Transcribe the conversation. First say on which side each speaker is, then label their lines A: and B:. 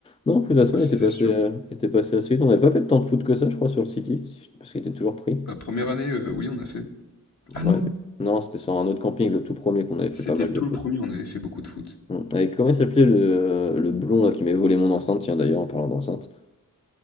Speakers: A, on the left; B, on the left.
A: Non, en plus, la semaine
B: Ouais, c'est
A: était passée,
B: sûr.
A: euh, était passée assez vite. On n'avait pas fait tant de foot que ça, je crois, sur le City, si parce qu'il était toujours pris.
B: La première année, euh, oui, on a fait. Ah
A: Ouais,
B: non!
A: mais- Non, c'était sur un autre camping, le tout premier, qu'on avait fait
B: C'était
A: pas mal
B: le- tout
A: de foot.
B: le premier, on avait fait beaucoup de foot.
A: Hum. Et comment il s'appelait le... le blond là, qui m'avait volé mon enceinte, tiens, d'ailleurs, en parlant d'enceinte.